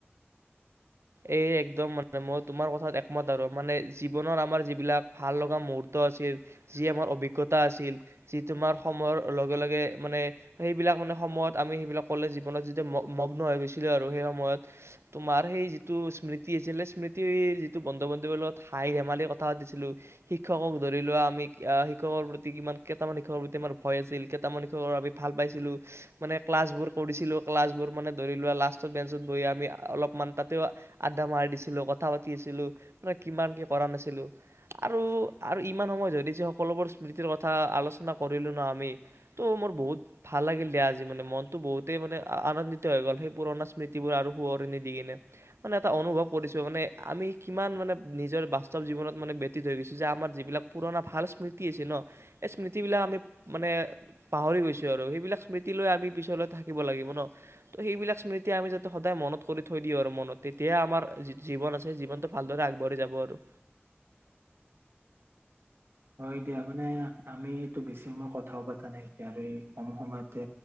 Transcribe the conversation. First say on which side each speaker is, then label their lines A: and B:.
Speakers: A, on the right; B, on the right.
A: এই একদম মানে মই তোমাৰ কথাত একমত আৰু মানে জীৱনৰ আমাৰ যিবিলাক ভাল লগা মুহুৰ্ত আছিল যি আমাৰ অভিজ্ঞতা আছিল যি তোমাৰ সময়ৰ লগে লগে মানে সেইবিলাক মানে সময়ত আমি সেইবিলাক কলে জীৱনত যি মগ্ন হৈ গৈছিলো আৰু সেই সময়ত তোমাৰ সেই যিটো স্মৃতি আছিলে স্মৃতিৰ যিটো বন্ধু বান্ধৱীৰ লগত হাই ধেমালি কথা পাতিছিলোঁ শিক্ষকক ধৰি লোৱা আমি শিক্ষকৰ প্ৰতি কিমান কেইটামান শিক্ষকৰ প্ৰতি আমাৰ ভয় আছিল কেইটামান শিক্ষকৰ আমি ভাল পাইছিলোঁ মানে ক্লাছবোৰ কৰিছিলোঁ ক্লাছবোৰ মানে ধৰি লোৱা লাষ্টত বেঞ্চত বহি আমি অলপমান তাত তেওঁ আড্ডা মাৰি দিছিলোঁ কথা পাতি আছিলোঁ মে কিমান কি কৰা নাছিলোঁ আৰু আৰু ইমান সময় ধৰি যে সকলোবোৰ স্মৃতিৰ কথা আলোচনা কৰিলোঁ ন আমি তো মোৰ বহুত ভাল লাগিল দিয়া আজি মানে মনটো বহুতেই মানে আনন্দিত হৈ গ'ল সেই পুৰণা স্মৃতিবোৰ আৰু সোঁৱৰনি দি কিনে মানে এটা অনুভৱ কৰিছো মানে আমি কিমান মানে নিজৰ বাস্তৱ জীৱনত মানে ভেটি ধৰিছো যে আমাৰ যিবিলাক পুৰণা ভাল স্মৃতি আছে ন সেই স্মৃতি বিলাক আমি মানে পাহৰি গৈছো আৰু সেইবিলাক স্মৃতি লৈ আমি পিছলৈ থাকিব লাগিব ন ত সেইবিলাক স্মৃতি আমি যাতে সদায় মনত কৰি থৈ দি আৰু মনত তেতিয়াে আমাৰি জীৱন আছে জীৱনটো ভালদৰে আগবাঢ়ি যাব আৰু
B: হয় দিয়া মানে আমিটো বেছি সময় কথাও পতা নাইকিয়া আৰু এই কম সময়তে